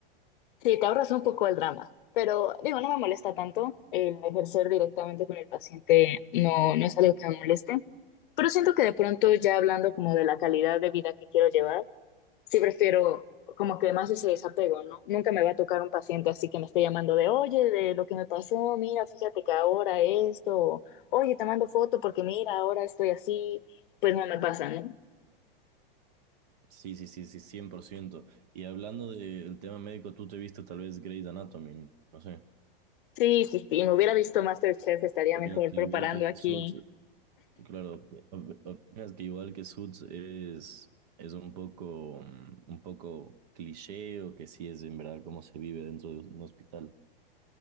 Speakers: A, on the left; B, on the right.
A: Sí, te ahorras un poco el drama, pero digo, no me molesta tanto el ejercer directamente con el paciente, no, no es algo que me moleste, pero siento que de pronto ya hablando como de la calidad de vida que quiero llevar, sí prefiero como que más ese desapego, ¿no? Nunca me va a tocar un paciente así que me esté llamando de, oye, de lo que me pasó, mira, fíjate que ahora esto, o, oye, te mando foto porque mira, ahora estoy así, pues no me pasa, ¿no?
B: Sí, sí, sí, sí, cien por ciento Y hablando del tema médico, tú te viste tal vez Grey's Anatomy, no sé.
A: Sí, sí, sí, me hubiera visto MasterChef, estaría
B: ¿Opinas
A: mejor
B: que
A: preparando
B: igual que
A: aquí
B: Suits, claro, op- opinas que igual que Suits es, es un poco, mm, un poco cliché o que sí es en verdad cómo se vive dentro de un hospital?